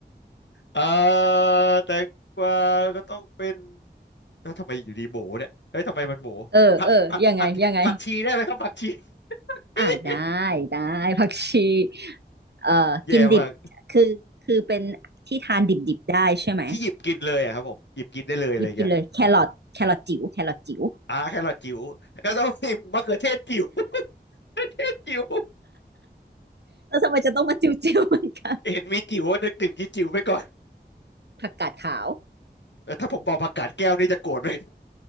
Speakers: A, on the left (about 85°); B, on the right (about 70°).
A: เออแตงกวาก็ต้องเป็นแล้วทำไมอยู่ดีโบเนี่ยเฮ้ยทำไมมันโบ
B: เออเออยังไงยังไง
A: ผักผักผักผักชีได้ไหมครับผักชี <laughs>
B: อ่ะได้ได้ผักชีเอ่อกินดิบคือคือเป็นที่ทานดิบๆได้ใช่ไหม
A: แย่มากที่หยิบกินเลยอะครับผมหยิบกินได้เลยอะไรอย่างเงี้ย
B: หยิบกินเลยแครอทแครอทจิ๋วแครอทจิ๋ว
A: อ่าแครอทจิ๋ววก็ต้องมีมะเขือเทศจิ๋ว <laughs> จิ๋ว
B: แล้วทำไมจะต้องมาจิ๋วๆเหมือนกัน
A: เห็นมีจิ๋วนึกถึงที่จิ๋วไปก่อน
B: ผักกาดขาว
A: เออถ้าผมบอกผักกาดแก้วนี่จะโกรธไหม